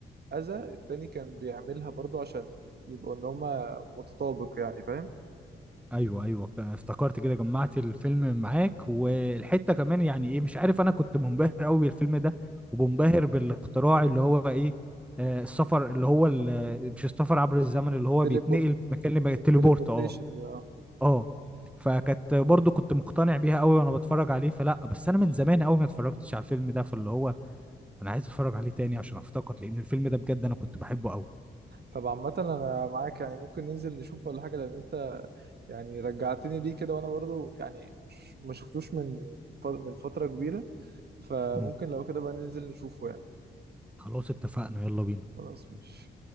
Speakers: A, on the right (about 50°); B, in the centre.
A: اذى التاني كان بيعملها برضه عشان يبقوا ان هما متطابق يعني فاهم
B: ايوه ايوه آه، افتكرت كده جمعت الفيلم معاك والحته كمان يعني ايه مش عارف انا كنت منبهر قوي بالفيلم ده ومنبهر بالاختراع اللي هو ايه آه السفر اللي هو ال- مش السفر عبر الزمن اللي هو
A: تليبورت
B: بيتنقل مكان لمكان التليبورت
A: التليبورتيشن
B: اه
A: ده
B: اه فكانت برضو كنت مقتنع بيها قوي وانا بتفرج عليه فلا بس انا من زمان قوي ما اتفرجتش على الفيلم ده فاللي هو انا عايز اتفرج
A: مم.
B: عليه تاني عشان افتكر لان الفيلم ده بجد انا كنت بحبه قوي
A: طب عامة أنا معاك يعني ممكن ننزل نشوف ولا حاجة لأن أنت يعني رجعتني ليه كده وأنا برضو يعني مش- ما شفتوش من ف- من فترة كبيرة فممكن
B: مم.
A: لو كده بقى ننزل نشوفه يعني.
B: خلاص اتفقنا يلا بينا
A: خلاص ماشي